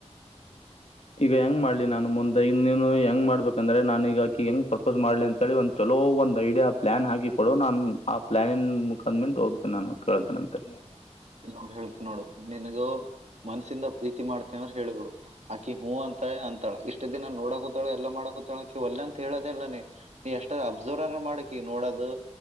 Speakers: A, on the left; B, on the right.
A: ಈಗ ಹೆಂಗ ಮಾಡ್ಲಿ ನಾನು ಮುಂದೆ ಇನ್ನನು ಹೆಂಗ್ ಮಾಡ್ಬೇಕಂದ್ರೆ ನಾನು ಈಗಾಕಿ ಹೆಂಗ್ ಪ್ರಪೋಸ್ ಮಾಡ್ಲಿ ಅಂತೇಳಿ ಒಂದು ಚಲೋ ಒಒಂದು ಐಡಿಯಾ ಪ್ಲನ್ ಹಾಕಿ ಕೊಡು ನಾನು ಆ ಪ್ಲನನ್ ಮುಖಂದ ನಿಂದ ಹೋಗ್ತೀನಿ ನಾನು ಕಳತ ನಂತೆ
B: ಇಲ್ ನೋಡು ಹೇಳ್ತಿ ನೋಡು ನಿನ್ಗೂ ಮನ್ಸಿಂದ ಪ್ರೀತಿ ಮಾಡ್ತಿನಿ ಅಂತ ಹೇಳೇಳ್ಬಿಡು. ಆಕಿ ಹೂ ಅಂತಾಳ ಅಂತಾಳ ಇಷ್ಟ ದಿನ ನೋಡಕ ಕೂತಾಳ ಎಲ್ಲ ಮಾಡಕೂತಾಳಾಕಿ ಒಲ್ಲ ಅಂತ ಹೇಳೋದೆ ಇಲ್ಲ ನೀ. ಎಷ್ಟ ಅಬ್ಸರ್ವ ಮಾಡಕಿ ನೋಡೋದು